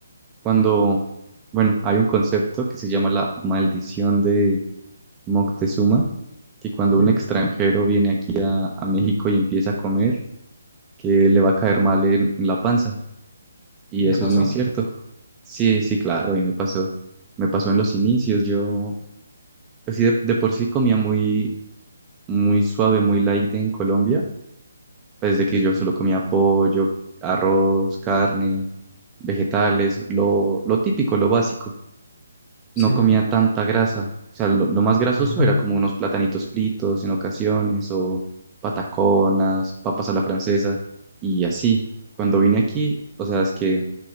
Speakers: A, on the right; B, on the left.
A: Cuando, bueno, hay un concepto que se llama la maldición de Moctezuma, que cuando
B: Sí.
A: un extranjero viene aquí a, a México y empieza a comer, que le va a caer mal en, en la panza. Y
B: ¿Y
A: eso
B: te pasó?
A: es muy cierto. Sí, sí, claro, y me pasó, me pasó en los inicios. Yo, pues sí, de, de por sí comía muy, muy suave, muy light en Colombia desde que yo solo comía pollo, arroz, carne, vegetales, lo, lo típico, lo básico.
B: Sí,
A: No comía tanta grasa. O sea, lo, lo más grasoso
B: Ajá.
A: era como unos platanitos fritos en ocasiones o pataconas, papas a la francesa y así. Cuando vine aquí, o sea, es que